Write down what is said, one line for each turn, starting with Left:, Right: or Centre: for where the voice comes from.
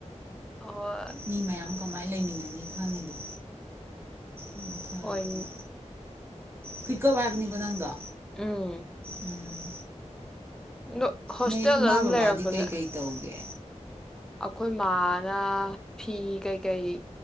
Centre: ꯑꯣꯢ
Right: ꯃꯤ ꯃꯌꯥꯝ ꯀꯃꯥꯏꯅ ꯂꯩꯃꯤꯟꯅꯅꯤ ꯈꯪꯉꯤꯗꯣ ꯑꯗꯨ ꯐꯔꯕꯅꯤ
Centre: ꯍꯣꯏ
Right: ꯍꯨꯏꯀꯞ ꯍꯥꯏꯕꯅꯤꯀꯣ ꯅꯪꯗꯣ
Centre: ꯎꯝ
Right: ꯎꯝ
Centre: ꯑꯗꯣ ꯍꯣꯁꯇꯦꯜꯗ
Right: ꯅꯣꯏ ꯏꯃꯥ
Centre: ꯑꯗꯨꯝ
Right: ꯕꯕꯥꯗꯤ
Centre: ꯂꯩꯔꯛꯄꯁꯦ
Right: ꯀꯩꯀꯩ ꯇꯧꯒꯦ
Centre: ꯑꯩꯈꯣꯏ ꯃꯥꯅ ꯐꯤ ꯀꯩꯀꯩ